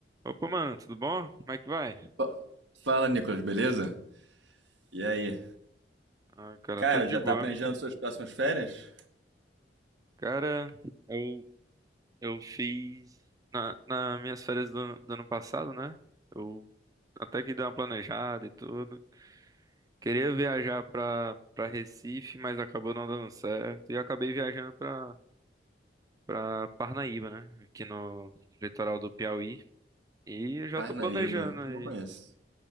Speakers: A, on the right; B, on the right.
A: Opa, mano, tudo bom? Como é que vai?
B: Fa- Fala, Nicolas, beleza? E aí?
A: Ah, cara,
B: Cara,
A: tudo de
B: já
A: boa.
B: tá planejando suas próximas férias?
A: Cara, eu, eu fiz na, na minhas férias do, do ano passado, né? Eu até que dei uma planejada e tudo. Queria viajar pra, pra Recife, mas acabou não dando certo. E eu acabei viajando pra, pra Parnaíba, né? Aqui no litoral do Piauí. E eu já
B: Parnaíba,
A: tô planejando aí.
B: não conheço.